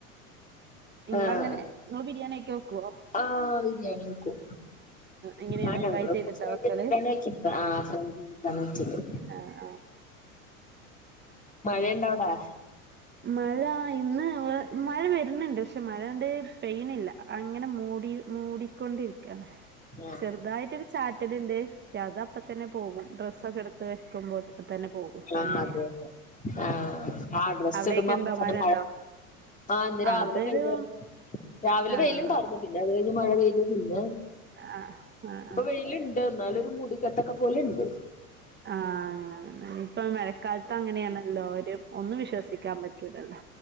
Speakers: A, on the right; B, on the left.
A: നിങ്ങളങ്ങനെ
B: ആഹ്
A: നിങ്ങള് ബിരിയാണിയൊക്കെ വെക്കുവോ
B: ആഹ് ആ ബിരിയാണി വെക്കും.
A: എങ്ങനെയാണോ
B: ആഹ് ഞങ്ങളും
A: ചെയ്തിട്ടാ
B: ഫ്രൈ
A: വെക്കല്
B: ചെയ്തിട്ടാണ് വെച്ചത് ആഹ് ഫ്രൈ ചെയ്തിട്ടാണ് വെച്ചത്
A: ആഹ് ആഹ്
B: മഴയണ്ട അവിടെ?
A: മഴ ഇന്ന് മഴ വെര്ന്ണ്ട് പഷെ മഴങ്ങട്ട് പെയ്ണില്ല അങ്ങനെ മൂടി മൂടിക്കൊണ്ടിരിക്കാണ്
B: ആഹ്
A: ചെറുതായിട്ടൊരു ചാറ്റ റ്റല്ണ്ട് പക്ഷെ അത് അപ്പ തന്നെ പോകും ഡ്രസൊക്കെ എടുത്ത് വെക്കുമ്പോതന്നെ പോകും
B: ആഹ്
A: അങ്ങനെ
B: അതെന്നെ ആഹ് ആഹ് ഡ്രെസ
A: അവിടെയൊക്കെ
B: <unintelligible> മഴ
A: ഉണ്ടോ മഴയുണ്ടോ?
B: ആഹ് ഇന്ന് രാവിലെ
A: അതൊരു
B: പെയ്താരുന്നു രാവിലെ
A: ആഹ്
B: വെയിലുണ്ടാരുന്നു പിന്നെ അത് കയിഞ്ഞ് മഴ പെയ്ത പിന്നെ
A: ആഹ് ആഹ്
B: ഇപ്പൊ
A: ആഹ്
B: വെയില് ണ്ട് എന്നാലൊരു മുടിക്കെട്ടക്കെ പോലെണ്ട്
A: ആഹ് അങ്ങനെന്നെ തന്നെ ഇപ്പൊ മഴക്കാലത്ത് അങ്ങനെയാണല്ലോ ഒര് ഒന്നുവിശ്വസിക്കാൻ പറ്റൂലല്ലോ